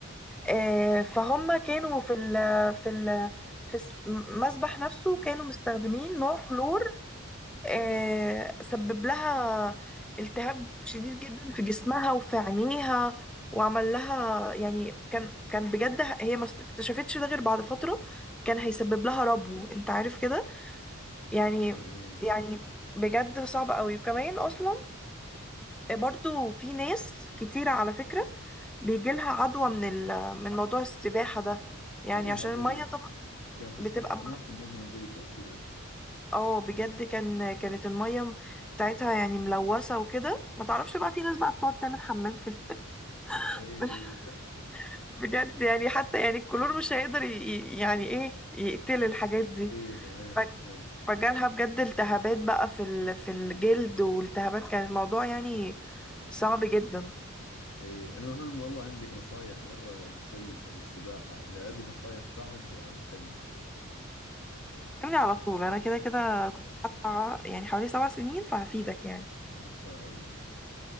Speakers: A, in the centre; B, on the left.
A: آه، فهم كانوا في ال في ال في الس- المسبح نفسه كانوا مستخدمين نوع كلور آه، سبب لها التهاب شديد جدا في جسمها وفي عينيها وعمل لها يعني كان كان بجد هي ما اكتشفتش ده غير بعد فترة كان هيسبب لها ربو انت عارف كده يعني
B: إي إي
A: يعني بجد صعب قوي وكمان اصلا برضو في ناس كتيرة على فكرة بيجيلها عدوى من ال من موضوع السباحة ده يعني
B: أي أيوة
A: عشان
B: هذه
A: المية طبعا
B: يوم تسبح
A: بتبقى
B: في
A: مل...
B: أماكن مو بنظيفة وكذا
A: اه بجد كان كانت المية بتاعتها يعني ملوثة وكده ما تعرفش بقى في ناس بقى بتقعد تعمل حمام في ال-
B: إي
A: <laughs>
B: إي
A: بجد يعني حتى يعني الكلور مش هيقدر ي... ي- يعني ايه يقتل الحاجات دي
B: إي صحيح
A: ف...
B: صحيح
A: فجالها بجد التهابات بقى في ال... في الجلد والتهابات كان الموضوع يعني صعب جدا
B: اي المهم والله عندك نصايح مرة كويسة للسباحة إذا أبي نصايح بعد أبكلمك
A: كلمني على طول انا كده كده كنت حاطه يعني حوالي سبع سنين فهفيدك يعني
B: إن شاء الله